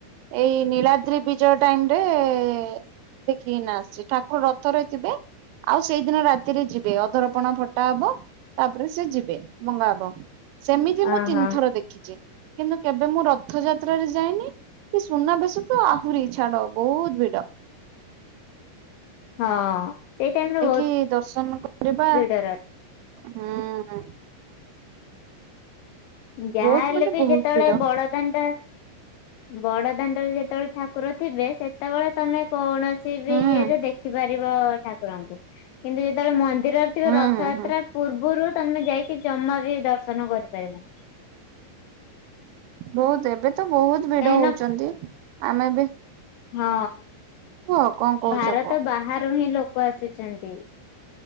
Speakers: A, on the right (about 90°); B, on the left (about 85°).
A: ଏଇ ନୀଳାଦ୍ରି ବି ଟାଇମରେ ଦେଖିକିନା ଆସିଚି ଠାକୁର ରଥରେ ଯିବେ? ଆଉ ସେଇଦିନ ରାତିରେ ଯିବେ ଅଧରପଣା ଫ ଟା ହବ ତାପରେ ସେ ଯିବେ ଭଙ୍ଗା ହବ। ସେମିତି ମୁଁ
B: ଓହୋ।
A: ତିନି ଥର ଦେ ଖିଚି କିନ୍ତୁ କେବେ ମୁଁ ରଥଯାତ୍ରାରେ ଯାଇନି। କି ସୁନା ବେଶ ତ ଆହୁରି ଛାଡ ବହୁତ ଭିଡ।
B: ହଁ। ସେଇ ଟାଇମ ରେ ବହୁତ
A: ଯାଇକି ଦର୍ଶନ କରିବା
B: ଭିଡ
A: ହୁଁ।
B: ଯାହାହେଲେ
A: ବହୁତ ମାନେ
B: ବି
A: ବହୁତ
B: ଯେତେବେଳେ
A: ଭିଡ
B: ବଡ ଦାଣ୍ଡ ବଡ ଦାଣ୍ଡରେ ଯେତେବେଳେ ଠାକୁର ଥିବେ। ସେତେବେଳେ ତମେ କୌଣସି ବି
A: ହୁଁ
B: ଇଏରେ ଦେଖିପାରିବ ଠାକୁରଙ୍କୁ। କିନ୍ତୁ ଯେତେବେଳେ ମନ୍ଦିରରେ ଥିବ
A: ହୁଁ
B: ରଥଯାତ୍ରା
A: ହୁଁ ହୁଁ
B: ପୂର୍ବରୁ ତମେ ଯାଇକି ଜମା ବି ଦର୍ଶନ କରିପାରିବନି।
A: ବହୁତ ଏବେ ତ ବହୁତ ଭିଡ
B: କାହିଁକି
A: ହଉଛନ୍ତି।
B: ନା
A: ଆମେ ବି
B: ହଁ
A: କୁହ କଣ କହୁଛ
B: ଭାରତ
A: କୁହ
B: ବାହାରୁ ହିଁ ଲୋକ ଆସୁଛନ୍ତି।